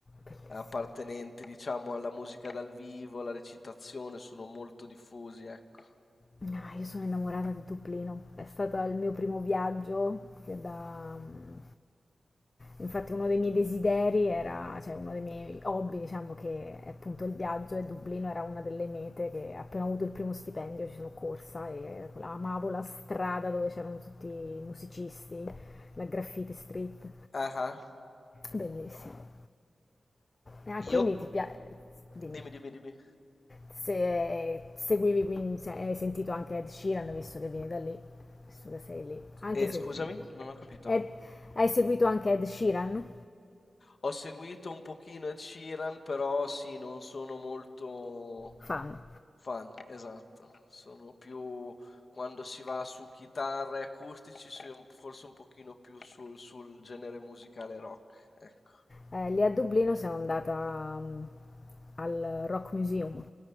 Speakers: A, on the left; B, on the left.
A: Bellissima.
B: appartenenti, diciamo, alla musica dal vivo, la recitazione, sono molto diffusi, ecco.
A: No, io sono innamorata di Dublino. È stato il mio primo viaggio che da... mm, Infatti uno dei miei desideri era, cioè uno dei miei hobby, diciamo che è appunto il viaggio e Dublino era una delle mete che appena ho avuto il primo stipendio ci sono corsa e amavo la strada dove c'erano tutti i musicisti, la graffiti street.
B: Ah, ah.
A: Bellissimo. Ah, quindi
B: Io...
A: ti piace... Dimmi.
B: Dimmi, dimmi, dimmi.
A: Se seguivi, quindi, se hai sentito anche Ed Sheeran, visto che vieni da lì, visto che sei lì, anche
B: Eh,
A: se
B: scusami,
A: lui non è lì.
B: non ho capito.
A: Ed- hai seguito anche Ed Sheeran?
B: Ho seguito un pochino Ed Sheeran, però sì, non sono molto
A: Fan.
B: Fan, esatto. Sono più quando si va su chitarre e acustici, si è un- forse un pochino più sul, sul genere musicale rock, ecco.
A: Eh, lì a Dublino sono andata mm, al Rock Museum.